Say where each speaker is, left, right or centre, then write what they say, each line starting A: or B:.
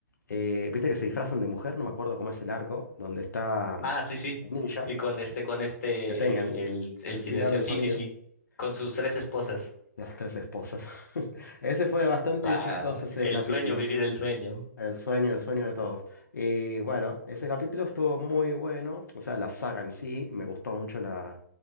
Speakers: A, on the left; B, on the left.
A: eh, viste que se disfrazan de mujer, no me acuerdo cómo es el arco, donde está
B: Ah, sí, sí.
A: el ninja,
B: Sí, con este, con este,
A: que tengan
B: eh, el, el
A: el
B: silencio.
A: pilar del
B: Sí,
A: sonido,
B: sí, sí. Con sus
A: eh,
B: tres esposas.
A: las tres esposas. <laughs> Ese fue bastante
B: Ah,
A: chistoso ese
B: el
A: capítulo.
B: sueño, vivir el sueño.
A: El sueño, el sueño de todos. Y bueno, ese capítulo estuvo muy bueno. O sea, la saga en sí, me gustó mucho la,